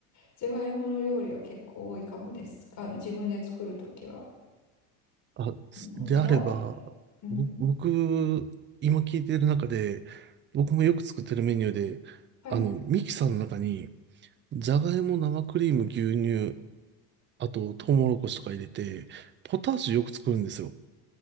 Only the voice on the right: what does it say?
あ、すであれば、
ぼ僕、今聞いてる中で、僕もよく作ってるメニューで、
あの、ミキサーの中に、じゃがいも、生クリーム、牛乳、あと、トウモロコシとか入れて、ポタージュよく作るんですよ。